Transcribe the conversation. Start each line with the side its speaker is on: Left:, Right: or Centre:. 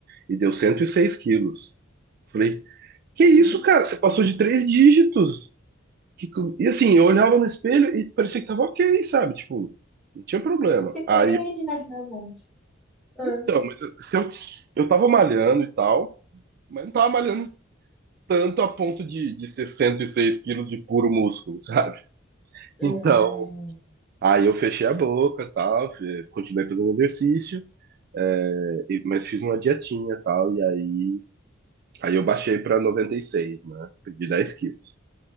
Right: e deu 106 quilos. Falei, que isso,
Centre: Hum.
Right: cara? Você passou de três dígitos. Que co- E assim, eu olhava no espelho e parecia que tava ok, sabe? Tipo, não tinha problema.
Centre: Ficou
Right: Aí,
Centre: grande,
Right: eu-
Centre: né, realmente. Hum.
Right: então, mas eu- se eu, eu tava malhando e tal, mas não tava malhando tanto a ponto de, de ser 106 quilos de puro músculo, <laughs> sabe?
Centre: Hum,
Right: Então, aí eu fechei a boca e tal, fe- continuei fazendo exercício. É, e- mas fiz uma dietinha e tal, e aí, aí eu baixei pra noventa e seis né? Perdi 10 quilos.